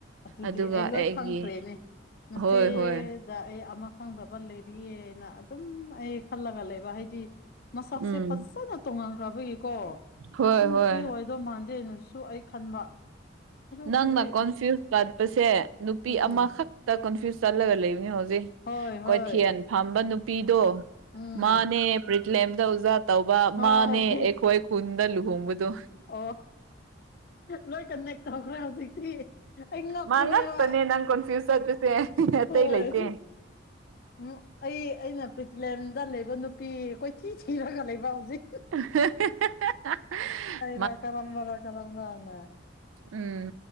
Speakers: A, on the left (about 50°); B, on the right (about 90°).
A: ꯑꯗꯨꯗꯤ
B: ꯑꯗꯨꯒ
A: ꯑꯩ ꯂꯣꯏ
B: ꯑꯩꯒꯤ
A: ꯈꯪꯈ꯭ꯔꯦꯅꯦ ꯉꯆꯦ
B: ꯍꯣꯏ ꯍꯣꯏ
A: ꯗ ꯑꯩ ꯑꯃ ꯈꯪꯗꯕ ꯂꯩꯔꯤꯑꯅ ꯑꯗꯨꯝ ꯑꯩ ꯈꯜꯂꯒ ꯂꯩꯕ ꯍꯥꯏꯗꯤ ꯃꯁꯛꯁꯦ
B: ꯎꯝ
A: ꯐꯖꯅ ꯇꯣꯡꯍꯟꯈ꯭ꯔꯕꯒꯤꯀꯣ
B: ꯍꯣꯏ
A: ꯁꯤ ꯅꯨꯄꯤ
B: ꯍꯣꯏ
A: ꯑꯣꯏ ꯑꯗꯣ ꯃꯥꯟꯗꯦꯅꯁꯨ ꯑꯩ ꯈꯟꯕ ꯑꯗꯨ
B: ꯅꯪꯅ
A: ꯀꯔꯤ
B: ꯀꯣꯟꯐ꯭ꯌꯨꯁ ꯆꯠꯄꯁꯦ ꯅꯨꯄꯤ
A: ꯎꯝ
B: ꯑꯃꯈꯛꯇ ꯀꯣꯟꯐ꯭ꯌꯨꯁ ꯆꯠꯂꯒ ꯂꯩꯕꯅꯤ ꯍꯧꯖꯤꯛ
A: ꯍꯣꯏ
B: ꯀꯣꯏꯊꯦꯜ
A: ꯍꯣꯏ
B: ꯐꯝꯕ ꯅꯨꯄꯤꯗꯣ
A: ꯎꯝ
B: ꯃꯥꯅꯦ ꯄ꯭ꯔꯤꯠꯂꯦꯝꯗ ꯑꯣꯖꯥ ꯇꯧꯕ
A: ꯍꯣꯏ
B: ꯃꯥꯅꯦ ꯑꯩꯈꯣꯏ ꯈꯨꯟꯗ ꯂꯨꯍꯣꯡꯕꯗꯣ
A: ꯑꯣ ꯂꯣꯏ ꯀꯟꯅꯦꯛ ꯇꯧꯈ꯭ꯔꯦ ꯍꯧꯖꯤꯛꯇꯤ ꯑꯩ ꯉꯛꯄꯅꯦꯕ
B: ꯃꯥ ꯉꯛꯇꯅꯦ ꯅꯪ ꯀꯣꯟꯐ꯭ꯌꯨꯁ ꯆꯠꯄꯁꯦ ꯑꯇꯩ
A: ꯍꯣꯏ
B: ꯂꯩꯇꯦ
A: ꯎ ꯑꯩ ꯑꯩꯅ ꯄ꯭ꯔꯤꯊꯤꯂꯦꯝꯗ ꯂꯩꯕ ꯅꯨꯄꯤ ꯀꯣꯏꯊꯤ ꯊꯤꯔꯒ ꯂꯩꯕ ꯍꯧꯖꯤꯛ
B: <inaudible>
A: ꯔꯥ ꯀꯔꯝꯕꯔꯥ ꯀꯔꯝ ꯔꯥꯅ <unintelligible>
B: ꯎꯝ